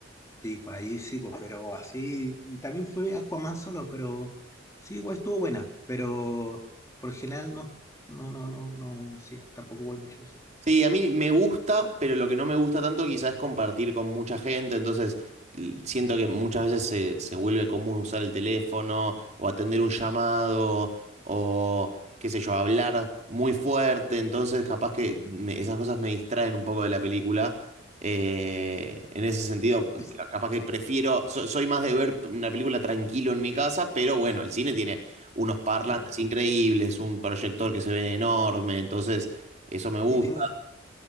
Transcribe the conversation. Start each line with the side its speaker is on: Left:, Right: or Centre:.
Left: sí, pues ahí sí, pues, pero así, y también fue Aquaman solo, pero sí, igual estuvo buena, pero por el general no, no, no, no, no, así, tampoco voy mucho, sí.
Right: Sí, a mí me gusta, pero lo que no me gusta tanto quizás es compartir con mucha gente, entonces l- siento que muchas veces se, se vuelve común usar el teléfono o atender un llamado o qué sé yo, hablar muy fuerte, entonces capaz que me- esas cosas me distraen un poco de la película. Eh, en ese sentido,
Left: Sí,
Right: ca- capaz que prefiero, so- soy más de ver una película tranquilo en mi casa, pero bueno, el cine tiene unos parlantes
Left: sí,
Right: increíbles, un proyector que se ve enorme, entonces... Eso me gusta.
Left: Y tiene,